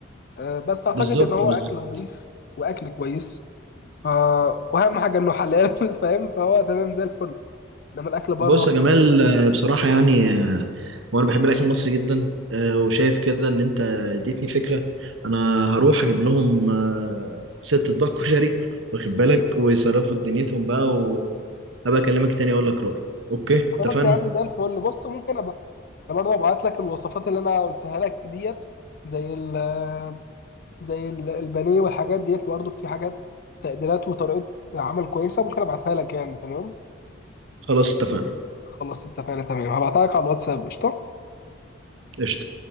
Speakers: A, on the left; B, on the right.
A: آه بس اعتقد
B: بالظبط
A: ان هو
B: بالظبط
A: اكل نظيف واكل كويس ف واهم حاجة انه حلال <laughs> فاهم فهو تمام زي الفل انما الاكل بره
B: بص يا جمال آه، بصراحة يعني آه، وأنا بحب الأكل المصري جدا آه، وشايف كده إن أنت اديتني فكرة أنا هروح أجيب لهم آه، ست أطباق كشري واخد بالك ويصرفوا دنيتهم بقى وأبقى أكلمك تاني أقول لك رأيي أوكي
A: خلاص
B: اتفقنا
A: يا عم زي الفل بص ممكن ابقى انا برضه هبعت لك الوصفات اللي انا قلتها لك ديت زي ال آه، زي ال- البانيه والحاجات ديت برضه في حاجات تقديرات وطريقه عمل كويسه ممكن ابعتها لك يعني تمام
B: خلاص اتفقنا
A: خلاص اتفقنا تمام هبعتها لك على الواتساب قشطه
B: قشطة